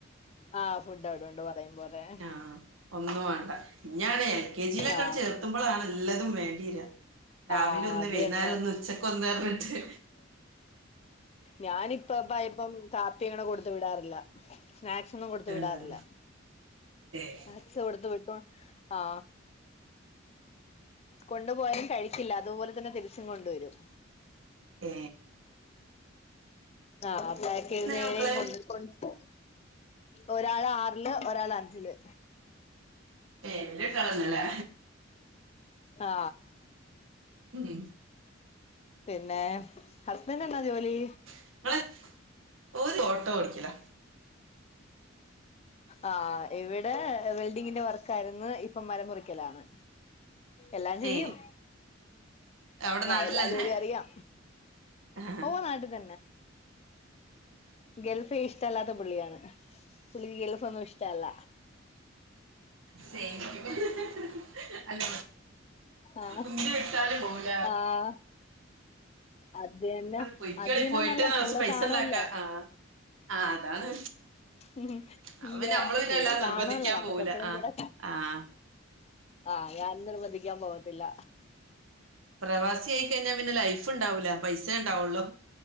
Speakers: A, on the left; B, on the right.
A: ആ ഫുഡ് അവിടുണ്ട് പറയും പോലെ
B: ആ ഒന്നും വേണ്ട ഞൻ എൽ കെ ജി യിലൊക്കെ
A: ആ
B: ചേർത്തുമ്പോളാ ണല്ലോ നല്ലതും വേണ്ടിയിരാ രാവിലെ
A: ആ
B: ഒന്ന്
A: അത്
B: വൈകുന്നേരം
A: തന്നെ
B: ഒന്ന് ഉച്ചക്ക ഒന്ന് വന്നിട്ട്
A: ഞാനിപ്പം ബയപ്പം കാപ്പി ഇങ്ങനെ കൊടുത്ത വിടാറില്ല സ്നാക്സ്സൊന്നും കൊടുത്ത്
B: ഏഹ്
A: വിടാറില്ല
B: ഏഹ്
A: സ്നാക്ക്സ് കൊട്ത്ത് വിട്ടു ആ കൊണ്ടുപോയാലും കഴിക്കില്ല അതുപോലെ തന്നെ തിരിച്ചും കൊണ്ടുവരും
B: ഏ
A: ആ അക്ക നേരെയയും
B: മക്കള്
A: കൊണ്ട് കൊണ്ട് ഒരാള് ആറില് ഒരാള് അഞ്ചില്
B: പേരല്ട്ടന്നല്ല
A: ആ
B: മ്മ്
A: പിന്നെ ഹസ്ബൻറ് എന്നാ ജോലി
B: ഇങ്ങള് ഓര് ഓട്ടോ ഓടിക്കല
A: ആ ഇവിടെ വെൽഡിങ്ങിന്റെ വർക്ക ആയിരുന്നു ഇപ്പൊ മരം മുറിക്കലാണ് എല്ലാം ചെയ്യും
B: ഏ അവിടെ നാട്ടിലന്നെ
A: എല്ലാ ജോലിയും അറിയാം
B: ആഹ്
A: ഓ നാടി ത ഗൾഫ് ഇഷ്ടല്ലാത്ത പുള്ളിയാണ് പുള്ളി ഗഫ ഒന്നും ഇഷ്ട അല്ല
B: സ <inaudible> അല്ല
A: ആഹ്
B: കുന്തിയ ഇട്ടാല് പോല
A: ആഹ് അതന്നെ
B: പൊയ്ക്കോളി
A: അതീന്നന്നല്ല
B: പോയിട്ട് കുറച്
A: കൂടെ
B: പൈസണ്ടാക്ക
A: കാണൂല്ല
B: ആ അതാണ്
A: ഉ
B: അപ്പ
A: ഇല്ല
B: പിന്നെ നമ്മള് പിന്നെ
A: കൂടെ
B: വല്ലാതെ
A: കാണല്ലോ
B: നിർബന്ധിക്കാൻ
A: നമ്മുക്ക്
B: പോവൂല
A: എപ്പഴും
B: ആഹ്
A: കൂടെ
B: ആഹ്
A: ആ
B: അതാണ്
A: ഞാനും നിർബന്ധിക്കാൻ പോവത്തില്ല
B: പ്രവാസി ആയി കഴിഞ്ഞാൽ പിന്നെ ലൈഫ് ഉണ്ടാവൂല പൈസ ഉണ്ടാവുള്ളൂ